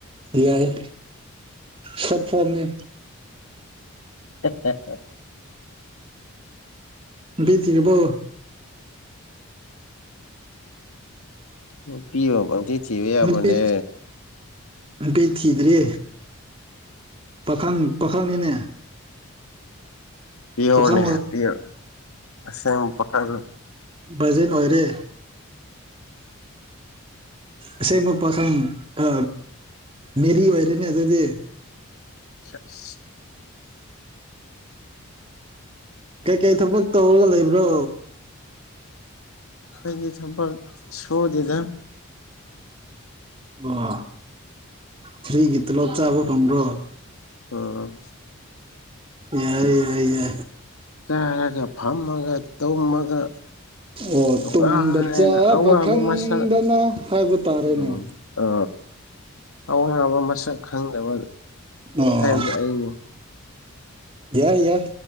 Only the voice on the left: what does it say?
ꯍꯦꯍꯦꯍ
ꯅꯨꯄꯤꯕꯨ ꯄꯪꯊꯤ ꯊꯤꯕ ꯌꯥꯕ꯭ꯔꯅꯦ
ꯄꯤꯑꯣꯔꯅꯦ
ꯍꯥ ꯄꯤꯑꯣ ꯑꯁꯦꯡꯕ ꯄꯥꯈꯪ
<unintelligible>
ꯑꯩꯗꯤ ꯊꯕꯛ ꯁꯨꯗꯦꯗꯥ
ꯎꯍꯝ
ꯆꯥꯔꯒ ꯐꯝꯃꯒ ꯇꯣꯝꯃꯒ
ꯅꯨꯡꯉꯏꯅꯥ
ꯑꯋꯥꯕ
ꯃꯁꯛ
ꯎꯝ ꯑ ꯑ ꯑꯋꯥꯕ ꯃꯁꯛ ꯈꯪꯗꯕ
ꯍꯥꯏꯕꯗꯨ ꯑꯩꯅꯤ